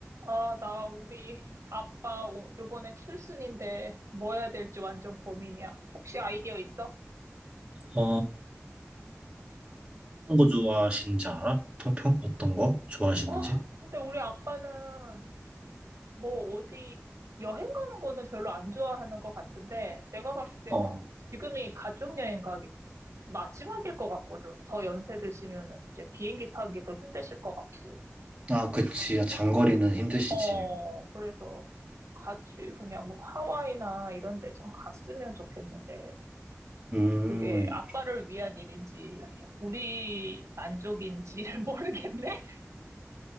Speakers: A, on the right; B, on the right.
A: 아, 나 우리 아빠 오- 요번에 칠순인데 뭐 해야 될지 완전 고민이야. 혹시 아이디어 있어?
B: 어, 어떤 거 좋아하시는지 알아? 평평? 어떤 거 좋아하시는지?
A: 아, 근데 우리 아빠는 뭐 어디 여행 가는 거는 별로 안 좋아하는 것 같은데 내가 봤을 때는
B: 어.
A: 지금이 가족여행 가기 좀 마지막일 것 같거든. 더 연세 드시면은 이제 비행기 타기도 힘드실 것 같고.
B: 아, 그치. 아, 장거리는 힘드시지.
A: 어, 그래서 같이 그냥 뭐 하와이나 이런 데 좀 갔으면 좋겠는데.
B: 음,
A: 그게 아빠를 위한 일인지 우리 만족인지를 모르겠네? <laughs>